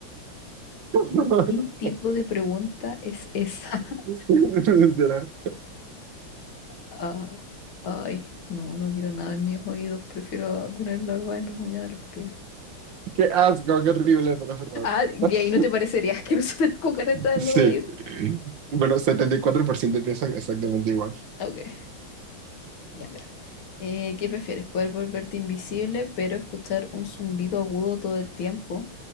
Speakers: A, on the right; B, on the left.
A: <laughs>
B: ¿Qué tipo de pregunta es esa? <laughs>
A: Literal.
B: Ah, ay, no, no quiero nada en mis oídos, prefiero tener larvas en las uñas de los pies.
A: Qué asco, qué horrible, pero es verdad.
B: Ah, y
A: <laughs>
B: ahí no te parecería <laughs> asqueroso tener cucaracha en
A: Sí.
B: los oídos.
A: Bueno, 74% piensan exactamente igual.
B: Ok. Ya, mira. Eh, ¿qué prefieres? ¿Poder volverte invisible, pero escuchar un zumbido agudo todo el tiempo?